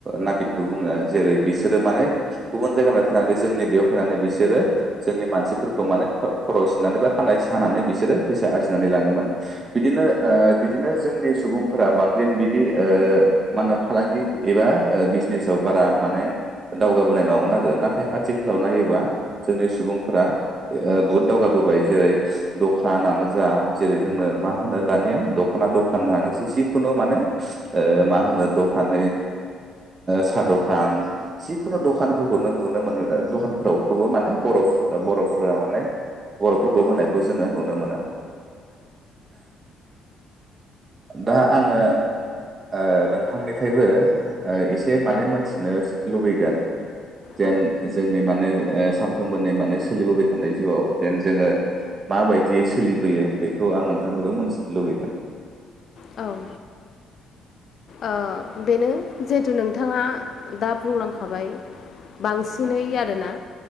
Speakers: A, on the right; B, on the left.
A: नाफिदबो बुङो जेरै बिस माने गुबुन जायगानिफाय फैनानै जोंनि बेयाव फैनानै बिसोरो जोंनि मानसिफोरखौ मान ख' खर' सिननानैनानै बा खानाय हानानै बिसोरो फैसा आरजिनानै लांओमोन ओ बिदिनो जोंनि सुबुं फोरा बांसिन बिदि ओ मा होनो फालांगि एबा बिजनेसाव बारा माने दावगाबोनाय नङामोन आरो नाथाय आथिखालाव नायोबा जोंनि सुबुंफोरा बहुत दावगाबो बाय जेरै दखानानो जा जेरै जोंनो मा होनो दानिया दखना दखानानो जिखुनु माने ओ मा होनो दखान साहा दखान जिखुनु दखानफोरखौनो नुनो मोनो दखानफोरावखौबो माने बर' बर'फोरा माने बर'फोरखौ होनायखौ जोङो नुनो मोनो। दा आङो ओ नोंथांनिफ्रायबो ओ एसे माने
B: औ
A: मोनथिनो लुबैगोन। जेन
B: औ
A: जोंनि माने ओ सानफ्रोमबोनि माने सोलिबोबाय थानाय जिउआव जेन जोङो माबायदियै सोलिबोयो बेखौ आं नोंथांनिबो मोनथिनो लुबैदों।
B: औ। ओ बेनो जिहेथु नोंथाङा दा बुंलांखाबाय बांसिनै आरोना